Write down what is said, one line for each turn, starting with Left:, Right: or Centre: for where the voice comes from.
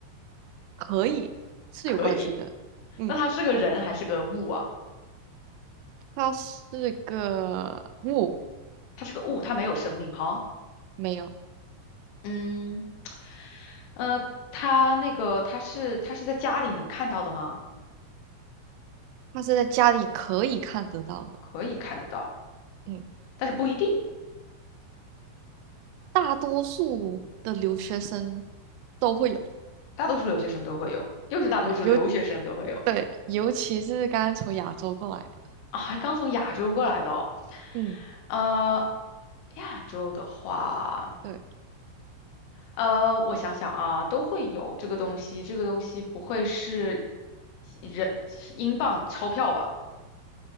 Right: 可以是有关系的。
Left: 可以。
Right: 嗯，
Left: 那他是个人还是个物啊？
Right: 它是个物，
Left: 他是个物，他没有生命哈。
Right: 没有，
Left: 嗯，呃，他那个他是他是在家里能看到的吗？
Right: 它是在家里可以看得到的。
Left: 可以看得到，
Right: 嗯。
Left: 但是不一定，
Right: 大多数的留学生都会有，
Left: 大多数留学生都会有，又是大多数留学生都会有。
Right: 对，尤对，尤其是刚刚从亚洲过来的，
Left: 啊，还刚从亚洲过来的哦
Right: 嗯，
Left: 呃，亚洲的话，
Right: 对，
Left: 呃，我想想啊，都会有这个东西。这个东西不会是人是英镑钞票吧？